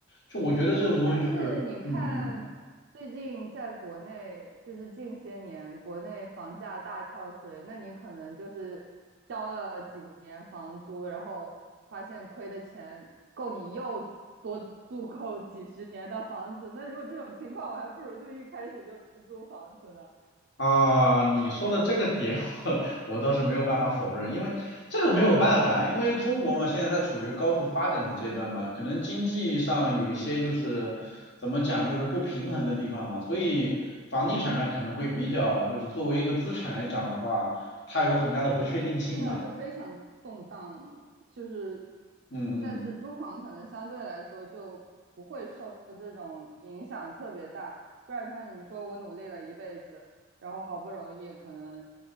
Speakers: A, on the left; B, on the right.
A: 就我觉得这种东西就是，
B: 但是你看，
A: 嗯嗯。
B: 最近在国内，就是近些年国内房价大跳水，那你可能就是交了几年房租，然后发现亏的钱够你又多租够几十年的房子。那如果这种情况，我还不如就一开始就租房子呢。
A: 啊，你说的这个点 <laughs> 我我倒是没有办法否认，因为这个没有办法，因为中国嘛，现在它处于高速发展的阶段嘛，可能经济上有一些就是怎么讲，就是不平衡的地方嘛，所以房地产上可能会比较，就是作为一个资产来讲的话，它有很大的不确定性嘛，
B: 对，就非常动荡嘛，就是，
A: 嗯嗯
B: 但是租房可能相对来说就不会受这种影响特别大，不然的话，你说我努力了一辈子，然后好不容易可能